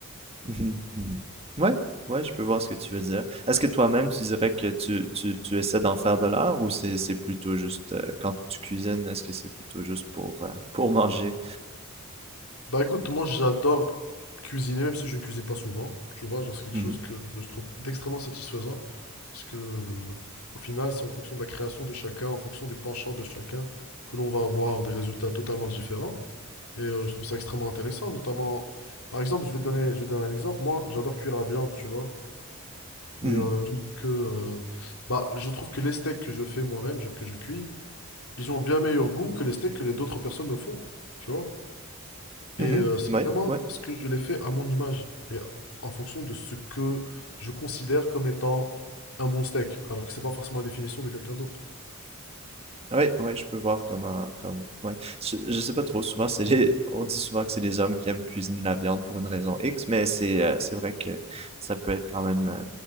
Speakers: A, on the right (about 25°); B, on the left (about 80°).
A: Mhm, mhm. Ouais, ouais, je peux voir ce que tu veux dire. Est-ce que toi-même, tu dirais que tu, tu, tu essaies d'en faire de l'art ou c'est, c'est plutôt juste euh, quand tu cuisines, est-ce que c'est plutôt juste pour, euh, pour manger?
B: Bah écoute, moi j'adore cuisiner, même si je ne cuisine pas souvent. Tu vois, genre c'est quelque
A: Mhm,
B: chose que je trouve d'extrêmement satisfaisant. Parce que euh, au final, c'est en fonction de la création de chacun, en fonction des penchants de chacun, que l'on va avoir des résultats totalement différents. Et euh, je trouve ça extrêmement intéressant. Notamment, par exemple, je vais donner, je vais donner un exemple. Moi, j'adore cuire la viande, tu vois.
A: mhm,
B: Et euh, je trouve que, euh, bah, je trouve que les steaks que je fais moi-même, genre que je cuis, ils ont bien meilleur goût que les steaks que les d'autres personnes me font. Tu vois?
A: mhm.
B: Et euh, c'est
A: Ouais,
B: Mhm. vraiment
A: ouais.
B: ce que je l'ai fait à mon image et en fonction de ce que je considère comme étant un bon steak, alors que c'est pas forcément la définition de quelqu'un d'autre.
A: Oui, oui, je peux voir comment, comme, ouais. Je, je sais pas trop, souvent, c'est les, on dit souvent que c'est les hommes qui aiment cuisiner la viande pour une raison X, mais c'est, euh, c'est vrai que ça peut être quand même euh,